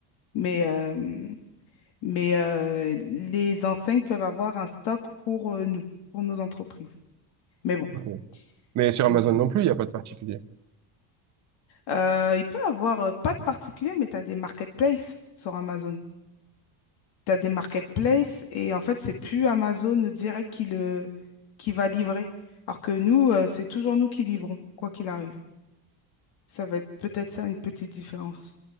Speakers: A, on the left (about 60°); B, on the right (about 40°).
A: Mais, euh, mais euh, les enseignes peuvent avoir un stock pour euh, nous, pour nos entreprises. Mais bon,
B: Ok. Mais
A: c'est,
B: sur Amazon non plus, il n'y a pas de particulier.
A: euh, il peut avoir euh, pas de particuliers, mais tu as des marketplaces sur Amazon. t'as des marketplaces et en fait, c'est plus Amazon direct qui le, qui va livrer. Alors que nous, euh, c'est toujours nous qui livrons, quoi qu'il arrive. Ça va être peut-être ça une petite différence.